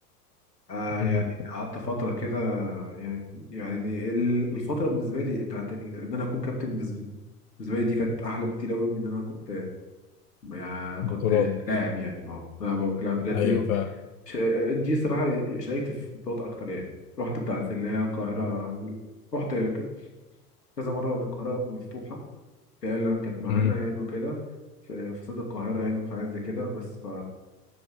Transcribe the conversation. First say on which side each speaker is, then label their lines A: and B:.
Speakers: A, on the left; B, on the left.
A: آه،
B: امم
A: يعني قعدت فترة كده يعني يعني ال- الفترة بالنسبة لي بتاعت ال- إن أنا أكون كابتن بالنسبة بالنسبة لي دي كانت أحلى بكتير قوي من إن أنا كنت يعني
B: بطولات
A: كنت لاعب يعني اه لا ب- لا بجد
B: ايوه فعلا
A: ش... دي صراحة شاركت في بطولات أكتر يعني رحت بتاعت اللي هي القاهرة رحت ك- كذا مرة القاهرة مفتوحة فعلا كانت معانا
B: امم
A: يعني وكده في في استاد القاهرة يعني وحاجات زي كده بس ف